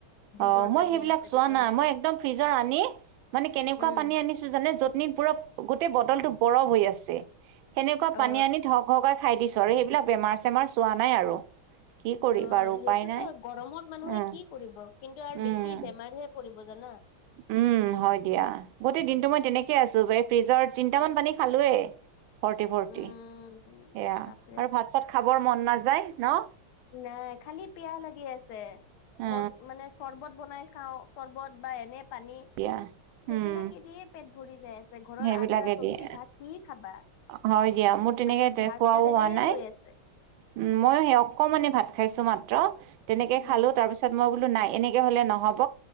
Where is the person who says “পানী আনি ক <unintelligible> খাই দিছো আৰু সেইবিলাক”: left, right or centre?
Right